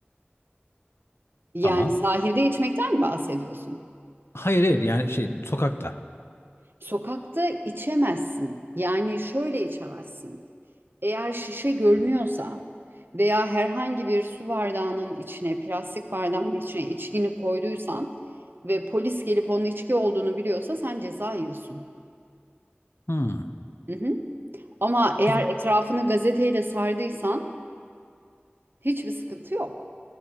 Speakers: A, on the right; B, on the left.
A: Yani
B: ama.
A: sahilde içmekten bahsediyorsun.
B: Hayır hayır yani şey sokakta.
A: Sokakta içemezsin. Yani şöyle içemezsin. Eğer şişe görünüyorsa veya herhangi bir su bardağının içine, plastik bardağının içine içkini koyduysan ve polis gelip onun içki olduğunu biliyorsa sen ceza yiyorsun.
B: Hmm.
A: Hı hı. Ama eğer
B: Peki
A: etrafını gazeteyle sardıysan hiçbir sıkıntı yok.